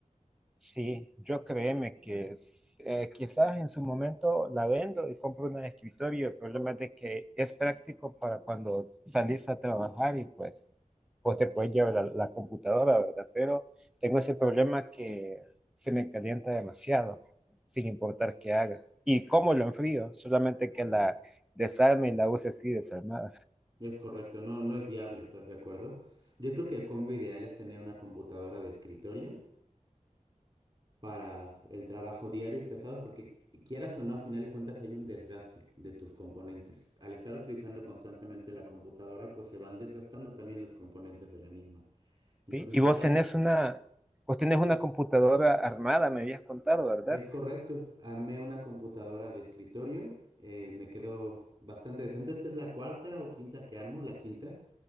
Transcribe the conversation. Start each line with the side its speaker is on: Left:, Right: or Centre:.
Centre: Sí, yo créeme que es- eh, quizás en su momento la vendo y compro una de escritorio. El problema es de que es práctico para cuando salís a trabajar y pues, pues te puedes llevar la, la computadora, ¿verdad? Pero tengo ese problema que se me calienta demasiado, sin importar qué haga. ¿Y cómo lo enfrío? Solamente que
Right: Ujú.
Centre: la desarme y la use así desarmada.
Right: Es correcto, no, no es viable, ¿estás de acuerdo? Yo creo que el combo ideal es tener una computadora de escritorio para el trabajo diario y pesado, porque quieras o no, a final de cuentas hay un desgaste de tus componentes. Al estar utilizando constantemente la computadora, pues se van desgastando también los componentes de la misma. Entonces,
Centre: ¿sí? Y
Right: si
Centre: vos
Right: estamos,
Centre: tenés una, vos tenés una computadora armada, me habías contado, ¿verdad?
Right: es correcto, armé una computadora de escritorio, eh, me quedó bastante decente. Esta es la cuarta o quinta que armo, la quinta.